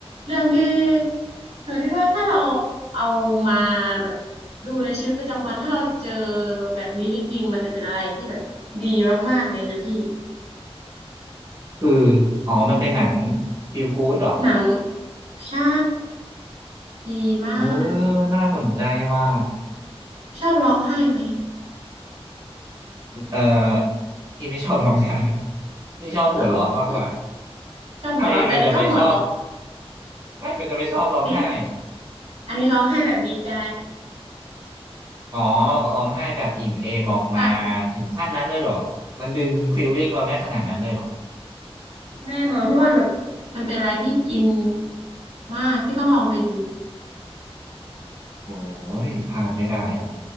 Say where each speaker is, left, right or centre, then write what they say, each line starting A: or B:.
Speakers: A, on the right; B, on the right.
A: เรื่องที่หนูคิดว่าถ้าเราเอามาแบบดูในชีวิตประจำวันถ้าเราเจอแบบนี้จริงๆมันจะเป็นอะไรที่แบบดีมากๆเลยนะพี่
B: คืออ๋อมันเป็นหนังฟีลกู๊ดเหรอ
A: หนังใช่ดีมาก
B: เออน่าสนใจว่า
A: ชอบร้องไห้ไหมอะ
B: เออพี่ไม่ชอบร้องไห้พี่ชอบหัวเราะมากกว่า
A: อ๋อชอบหัวเราะแต่อันนี้ก็หัวเราะ
B: ใครมันจะไปชอบใครมันจะไปชอบร้องไห้
A: อันนี้อันนี้ร้องไห้แบบดีใจ
B: อ๋อร้องไห้แบบอิ่มเอมออกมา
A: สั่น
B: ถึงขั้นนั้นเลยเหรอมันดึงฟีลลิ่งเราได้ขนาดนั้นเลยเหรอ
A: แน่นอนเพราะว่าแบบมันเป็นอะไรที่อินมากพี่ต้องลองไปดู
B: โอ้ยพลาดไม่ได้อะ